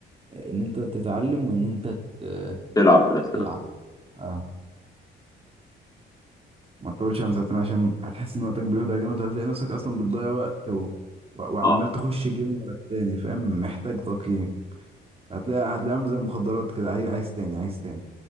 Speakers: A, on the right; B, on the left.
A: آه، ان انت تتعلم وان انت ت-
B: تلعب مثلا
A: تلعب اه ما تطولش عن ساعتين عشان هتحس ان وقتك بيهدر جامد وهتلاقي نفسك اصلا بتضيع وقت و... و... وعمال
B: اه
A: تخش جيم ورا التاني فاهم محتاج تقييم هتلاقي هتلاقي عامل زي المخدرات كده عايز عايز تاني عايز تاني